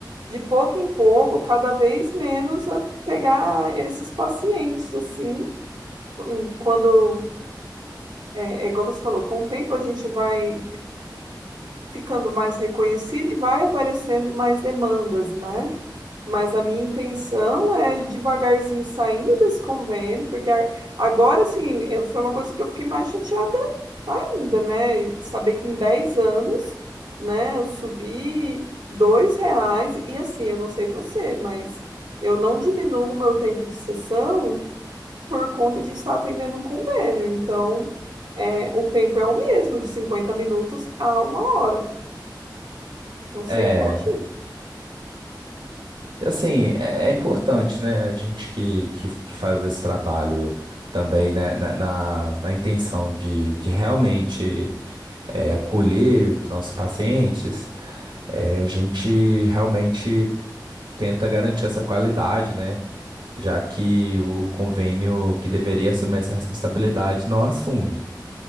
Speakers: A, on the right; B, on the right.
A: de pouco em pouco, cada vez menos, a- pegar esses pacientes, assim, em- quando, é, é igual você falou, com o tempo a gente vai ficando mais reconhecida e vai aparecendo mais demandas, né? Mas a minha intenção é ir devagarzinho saindo desse convênio, porque a- agora, assim, eh, foi uma coisa que eu fiquei mais chateada ainda, né? E Saber que em 10 anos, né, eu subi dois reais e assim, eu não sei você, mas eu não diminuo o meu tempo de sessão por conta de estar atendendo um convênio. Então, é, o tempo é o mesmo, de 50 minutos a uma hora. Então você
B: É,
A: imagina.
B: assim, é, é importante, né? A gente que, que, que faz esse trabalho também, né? Na, na, na intenção de, de realmente é, acolher os nossos pacientes, é, a gente realmente tenta garantir essa qualidade, né? Já que o convênio que deveria assumir essa responsabilidade não assume.